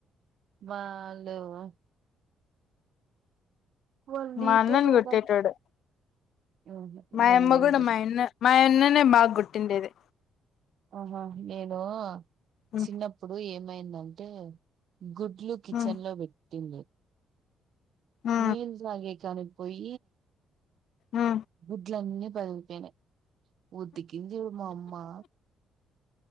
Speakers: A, on the right; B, on the left.
A: బాగలేవు వాళ్ళు నీటే
B: మా అన్నని
A: లేదా
B: కొట్టేటోడు
A: ఆహా
B: మాయమ్మ
A: మిన్నండి
B: కూడా మాయన్న మాయన్న నే బాగా కొట్టిండేది
A: ఆహా నేను
B: ఉ
A: చిన్నప్పుడు ఏం ఏమైందంటే గుడ్లు కిచెన్
B: ఉ
A: లో పెట్టింది
B: ఉ
A: నీళ్లు తాగేకని పొయ్
B: ఉ
A: గుడ్లన్నీ పగిలిపోయినాయి ఉతికింది మా అమ్మా